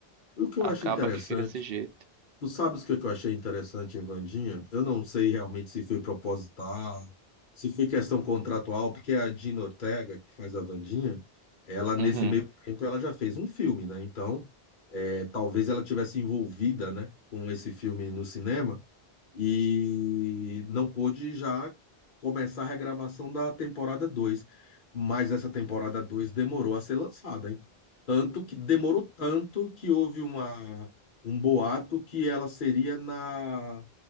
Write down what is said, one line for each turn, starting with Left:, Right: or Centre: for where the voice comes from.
Left: E o que eu
Right: acaba
Left: acho interessante
Right: que fica desse jeito.
Left: Tu sabes o que que eu achei interessante em Vandinha? Eu não sei realmente se foi proposital, se foi questão contratual, porque a Dina Ortega, que faz a Vandinha, ela nesse
Right: Uhum.
Left: meio tempo ela já fez um filme, né? Então, é, talvez ela tivesse envolvida, né, com esse filme no cinema e não pôde já começar a regravação da temporada 2, Mas essa temporada 2 demorou a ser lançada, hein? Tanto que demorou tanto que houve uma, um boato que ela seria na,